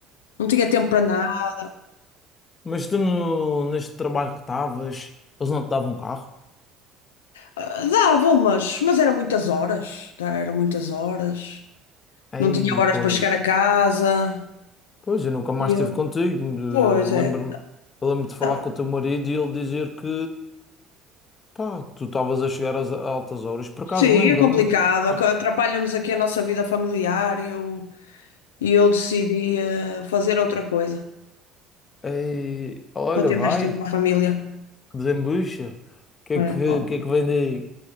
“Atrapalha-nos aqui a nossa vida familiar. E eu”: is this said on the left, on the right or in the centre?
Left